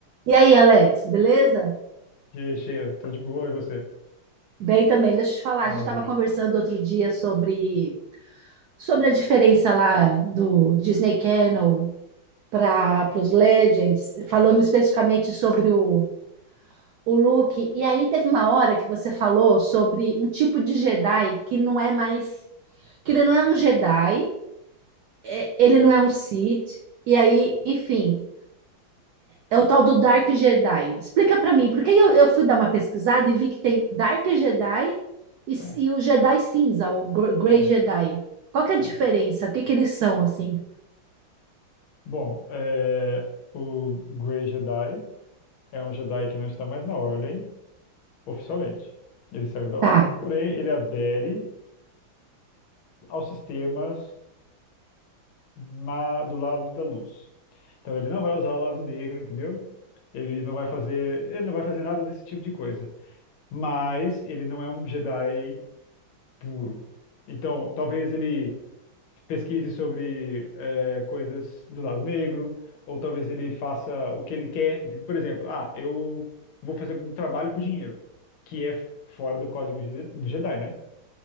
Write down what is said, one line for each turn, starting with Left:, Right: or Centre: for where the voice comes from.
Right: E aí, Alex, beleza?
Left: Che- Cheia, tô de boa, e você?
Right: Bem também, deixa eu te falar,
Left: Maravilha.
Right: a gente estava conversando outro dia sobre, sobre a diferença lá do Disney Channel para os Legends, falamos especificamente sobre o, o Luke, e aí teve uma hora que você falou sobre um tipo de Jedi que não é mais, que ele não é um Jedi, é- ele não é um Sith, e aí, enfim, É o tal do Dark Jedi. Explica para mim, porque eu, eu fui dar uma pesquisada e vi que tem Dark Jedi e,
Left: É,
Right: e o Jedi Cinza, o Gr- Grey
Left: é,
Right: Jedi. Qual que é a diferença?
Left: é.
Right: O que que eles são, assim?
Left: Bom, é, o Grey Jedi é um Jedi que não está mais na Ordem, oficialmente. Ele saiu da Ordem.
Right: Tá,
Left: Porém, ele adere aos sistemas ma- do lado da luz. Então, ele não vai usar o lado negro, entendeu? Ele não vai fazer, ele não vai fazer nada desse tipo de coisa. Mas ele não é um Jedi puro. Então, talvez ele pesquise sobre eh, coisas do lado negro, ou talvez ele faça o que ele quer. Então, Por exemplo, ah, eu vou fazer um trabalho por dinheiro, que é fora do código de- do Jedi, né?